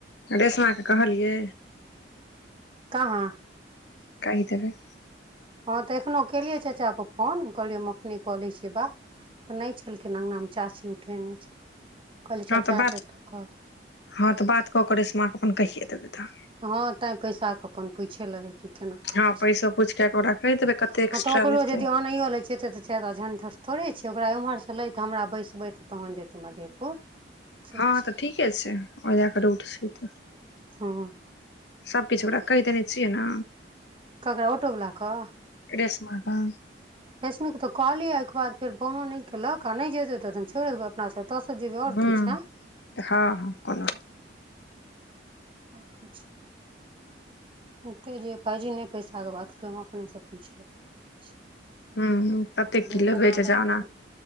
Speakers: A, on the left (about 70°); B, on the right (about 30°).
A: रेशमा के कहलियै
B: काहाँ
A: <unintelligible>
B: हँ तऽ एखनौह केलियै चाचा के फोन कहलियै हम अपने कऽ लै छियै बात तऽ नहि छलखिन। अङ्गनामे चाची उठेने छल। कहलियै
A: हँ
B: चचा
A: बात
B: अतैथ तऽ कहब
A: हँ तऽ बात कऽ कऽ रेसमा क अपन कहिये देबै तऽ
B: हँ तैं पैसाके अपन पूईछे लेबै कि केना कहै
A: हँ
B: छै।
A: पैसो पूछि कऽ ओकरा कहि देबै कते एक्स्ट्रा
B: हँ तऽ ओकरो
A: लेतै
B: यदि अनैयो ले जैतियै त चदाऽ झंझट थोड़े छैै ओकरा ओम्हरसँ लति हमरा बैसबति तहन जेतै मधेपुर से
A: हँ
B: छै
A: तऽ ठीके छै ओ लए कऽ रूट छै तऽ
B: हँ
A: सभ किछ ओकरा कहि देने छियै ने
B: ककरा ऑटो वला कऽ
A: रेसमा कऽ
B: रश्मिके तऽ कहलिय ओहिके बाद फेर फोनो नय केलके आ नहि जेतै तऽ छोइड़े देबै अपना सब
A: हँ
B: <unintelligible>
A: हँ हँ ओना
B: आओर किछ हेतै जे भाई जी नहि पैसाके बात अपनेसँ पुइछ लेबै कि छै
A: हूं कते किलो
B: जे जेना
A: <unintelligible>
B: लेतै